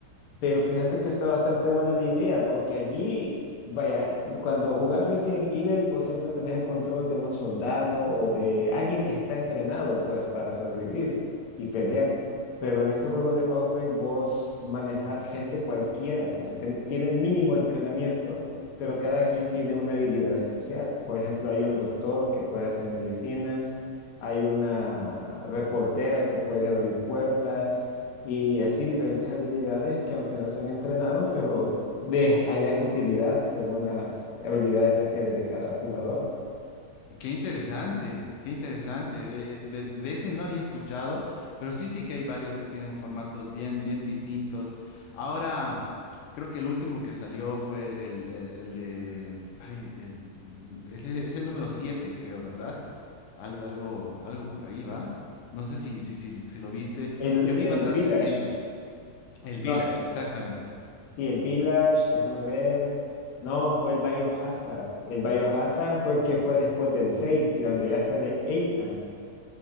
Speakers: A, on the left; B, on the left.
A: pero fíjate que está bastante buena la idea, porque allí, vaya, cuando jugás Resident Evil, vos siempre tenés el control de un soldado o de alguien que está entrenado, pues, para sobrevivir y pelear. Pero en este juego de Outbreak, vos manejás gente cualquiera, o sea, que tiene el mínimo entrenamiento, pero cada quien tiene una habilidad especial. Por ejemplo, hay un doctor que puede hacer medicinas, hay una reportera que puede abrir puertas y así diferentes habilidades que aunque no sean entrenados, pero de allá es utilidad según las habilidades especiales de cada jugador.
B: Qué interesante, qué interesante. Eh, eh, de, de ese no había escuchado, pero sí, sí que hay varios que tienen formatos bien, bien distintos. Ahora, creo que el último que salió fue el, eh, el de, ay, el, es, e, es el número 7, creo, ¿verdad? Algo, algo, algo por ahí va. No sé si, si, si, si lo viste.
A: El,
B: Yo vi
A: el
B: bastantes
A: de Village.
B: gameplays. El
A: No,
B: Village, exactamente.
A: sí, el Village, déjame ver. No, fue el Biohazard. El Biohazard fue el que fue después del 6 cuando ya sale Ethan.